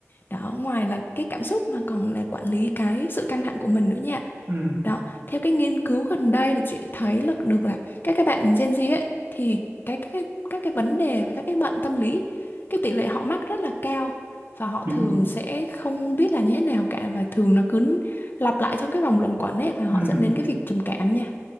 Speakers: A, on the left (about 45°); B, on the right (about 60°).
A: Đó, ngoài là cái cảm xúc mà còn là quản lý cái sự căng thẳng của mình nữa nha.
B: Ừ,
A: Đó, theo cái nghiên cứu gần đây thì chị thấy là được là các các bạn Gen Z ấy, thì cái các cái các cái vấn đề và các cái bệnh tâm lý cái tỷ lệ họ mắc rất là cao và họ
B: đúng.
A: thường sẽ không biết là như thế nào cả và thường nó cứ lặp lại trong cái vòng luẩn quẩn ấy và họ
B: Ừ.
A: dẫn đến cái việc trầm cảm nha.